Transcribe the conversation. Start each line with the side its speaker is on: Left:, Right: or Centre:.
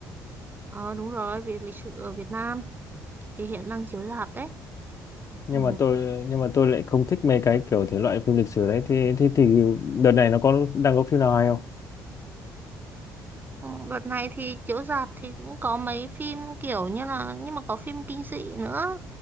Right: Ờ, đúng rồi, về lịch sử ở Việt Nam thì hiện đang chiếu rạp đấy.
Left: Nhưng
Right: Ừ.
Left: mà tôi nhưng mà tôi lại không thích mấy cái kiểu thể loại phim lịch sử đấy. Thì thì thì đợt này nó có đang có phim nào hay không?
Right: Ừ, Đợt này thì chiếu rạp thì cũng có mấy phim kiểu như là nhưng mà có phim kinh dị nữa